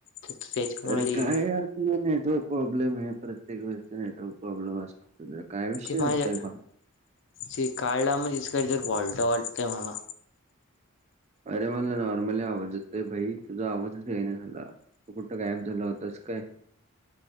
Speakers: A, on the left; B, on the right.
A: त्याच्यामुळे
B: अरे काय यार तुझ नेटवर्क प्रॉब्लेम आहे प्रत्येक वेळेचा नेटवर्क प्रॉब्लेम असत तुझा काय विषय
A: ते माझ्या
B: होतय भावा
A: ते काळला म्हणजेच काहितरी फॉल्ट वाटतंय मला
B: अरे मला नॉर्मली आवाजेत भाई तुझा आवाजच येईना झाला तो कुठं गायब झाला होताच काय?